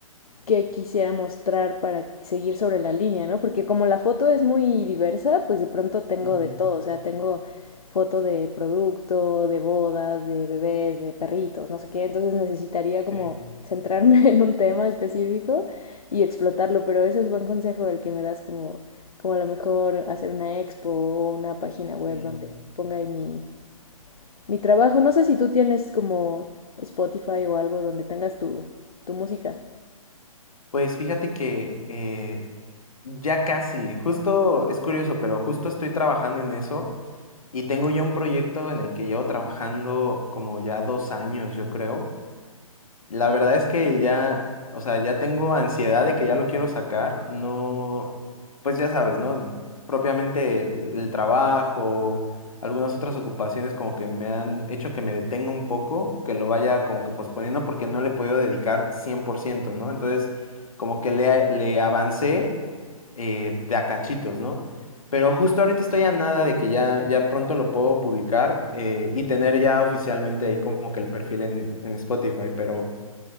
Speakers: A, on the left (about 80°); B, on the left (about 70°).
A: que quisiera mostrar para seguir sobre la línea, ¿no? Porque como la foto es muy diversa, pues de pronto tengo
B: ujú,
A: de todo, o sea, tengo foto de producto, de bodas, de bebés, de perritos, no sé qué, entonces necesitaría como
B: Sí,
A: centrarme <laughs> en un tema específico y explotarlo, pero ese es buen consejo el que me das como, como a lo mejor hacer una expo o una página web
B: sí.
A: donde ponga ahí mi, mi trabajo. No sé si tú tienes como Spotify o algo donde tengas tu, tu música.
B: Pues fíjate que eh, Ya casi, justo es curioso, pero justo estoy trabajando en eso y tengo ya un proyecto en el que llevo trabajando como ya dos años, yo creo, la verdad es que ya, o sea, ya tengo ansiedad de que ya lo quiero sacar. No, pues ya sabes, ¿no? Propiamente el, el trabajo, algunas otras ocupaciones como que me han hecho que me detenga un poco, que lo vaya como que posponiendo porque no le he podido dedicar cien por ciento ¿no? Entonces, como que le, a- le avancé eh, de a cachitos, ¿no? Pero justo ahorita estoy a nada de que ya, ya pronto lo puedo publicar eh, y tener ya oficialmente ahí como que el perfil en, en Spotify, pero...